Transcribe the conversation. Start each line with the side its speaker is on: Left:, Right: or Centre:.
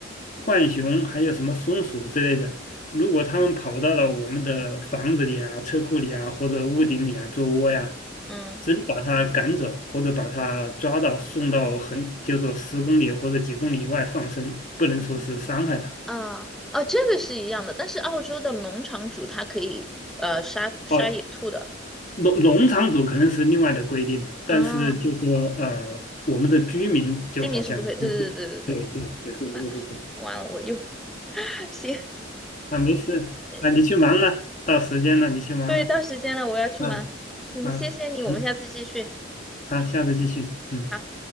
Left: 浣熊还有什么松鼠之类的，如果它们跑到了我们的房子里啊、车库里啊或者屋顶里啊做窝呀，
Centre: 嗯
Left: 直接把它赶走，或者把它抓到送到很，就说十公里或者几公里以外放生，不能说是伤害它。
Centre: 啊啊，这个是一样的，但是澳洲的农场主他可以呃杀杀野兔的
Left: 哦，农农场主可能是另外的规定了，但是就说呃，
Centre: 啊，
Left: 我们的居民就好像就就对对对对，
Centre: 居民是不可以，对对对对对对，啊，
Left: 我就是
Centre: 完了我又 <laughs> 行，
Left: 啊，没事啊，
Centre: 谢谢。
Left: 你去忙了，到时间了，你去忙了，
Centre: 对，到时间了，我要去忙。
Left: 嗯、
Centre: 行，
Left: 啊嗯、
Centre: 谢谢你，
Left: 行，
Centre: 我们下次继续。
Left: 好，下次继续，嗯。
Centre: 好。